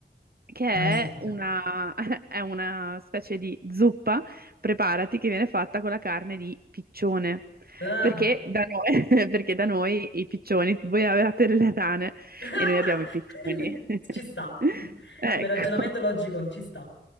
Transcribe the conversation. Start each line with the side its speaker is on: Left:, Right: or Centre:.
Right: che è
Left: Mai sentita.
Right: una, <laughs> è una specie di zuppa, preparati, che viene fatta con la carne di piccione.
Left: Ah.
Right: Perché Mhm. da noi, <laughs> perché da noi i piccioni, voi avevate le rane
Left: <laughs>
Right: e noi abbiamo i piccioni. <laughs>
Left: Ci sta.
Right: Ecco,
Left: Come ragionamento logico, ci sta.